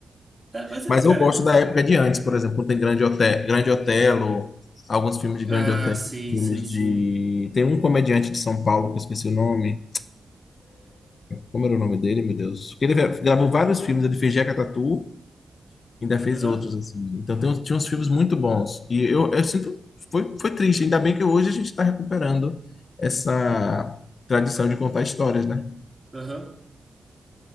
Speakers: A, on the right; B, on the left.
A: É, mas é,
B: Mas
A: cara,
B: eu gosto da época de antes, por exemplo, quando tem Grande Otelo, Grande Otelo, alguns filmes de
A: Ah,
B: Grande Otelo,
A: sim,
B: filmes
A: sim, sim.
B: de... Tem um comediante de São Paulo, que eu esqueci o nome. Como era o nome dele, meu Deus? Ele gravou vários filmes, ele fez Jeca Tatu, ainda fez
A: Aham,
B: outros, assim. Então tem, uns- tinha uns filmes muito bons. E eu, eu sinto, foi, foi triste. Ainda bem que hoje a gente está recuperando essa tradição de contar histórias, né?
A: aham.